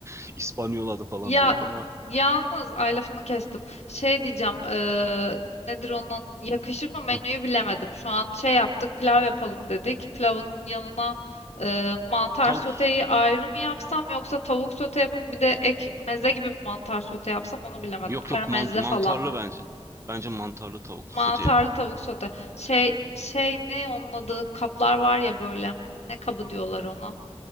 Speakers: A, on the right (about 25°); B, on the left (about 75°).
A: <laughs> İspanyola'da falan
B: Ya
A: böyle ama.
B: yalnız ay lafını kestim. Şey diyeceğim eee, nedir onun yakışır mı menüyü
A: Hı.
B: bilemedim. Şu an şey yaptık pilav yapalım dedik. Pilavın yanına eee, mantar
A: Tavuk
B: soteyi
A: sote.
B: ayrı mı yapsam yoksa tavuk sote yapıp bir de ek meze gibi bir mantar sote yapsam onu bilemedim.
A: Yok
B: Karamelize
A: yok mant- mantarlı
B: falan.
A: bence. Bence mantarlı tavuklu
B: Mantarlı
A: sote yap.
B: tavuk sote. Şey şey ne onun adı kaplar var ya böyle. Ne kabı diyorlar ona.